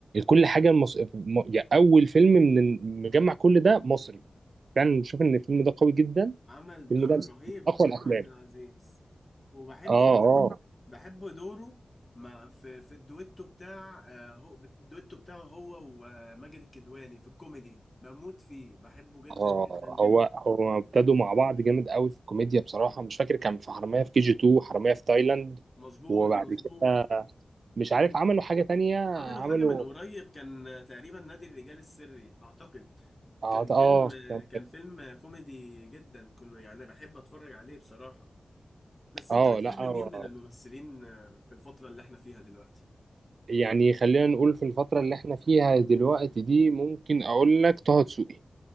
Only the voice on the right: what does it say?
كل حاجه مص... م- يعني اول فيلم من مجمع كل ده مصري فعلا بشوف ان الفيلم ده قوي جدا
الفيلم
ده من
اقوى
الافلام
اه
اه
اه
هو هو ابتدوا مع بعض جامد قوي في الكوميديا بصراحه مش فاكر كان في حراميه في كي جي 2 حراميه في تايلاند
وبعد
كده مش عارف
عملوا حاجه تانية
عملوا
اه
آه،
كان
اه
لا هو-
يعني خلينا نقول في الفترة اللي احنا فيها دلوقتي دي ممكن اقول لك طه دسوقي